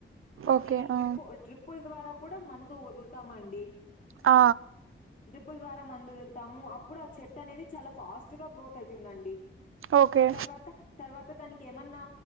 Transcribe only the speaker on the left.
కొన్ని
డ్రిప్పు
డ్రిప్పు ల ద్వారా కూడా మన్ వదులుతామండి
డ్రిప్పుల్ ద్వారా మందొదులుతాము అప్పుడు ఆ చెట్టు అనేది చాలా ఫాస్ట్ గా గ్రోత్ అయితుందండి
తర్వాత తర్వాత తనికి ఏమన్నా